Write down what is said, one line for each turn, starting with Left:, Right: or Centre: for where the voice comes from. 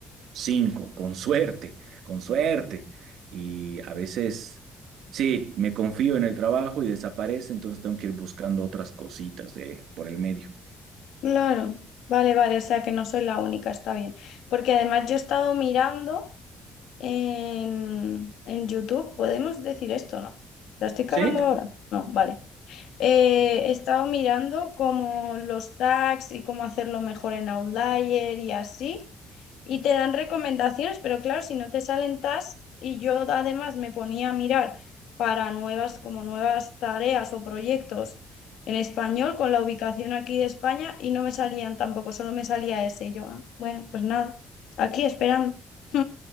Right: 5 con suerte, con suerte. Y a veces, sí, me confío en el trabajo y desaparece, entonces tengo que ir buscando otras cositas de, por el medio.
Left: claro. Vale, vale, o sea que no soy la única, está bien. Porque además yo he estado mirando en, en YouTube, podemos decir esto, ¿no? ¿La estoy
Right: Sí,
Left: cagando ahora? No, vale. Eh, he estado mirando como los tags y cómo hacerlo mejor en Outlier y así. Y te dan recomendaciones, pero claro, si no te salen tags, y yo además me ponía a mirar para nuevas, como nuevas tareas o proyectos en español con la ubicación aquí de España y no me salían tampoco, solo me salía ese. Y yo, ah, bueno, pues nada, aquí esperando. <laughs>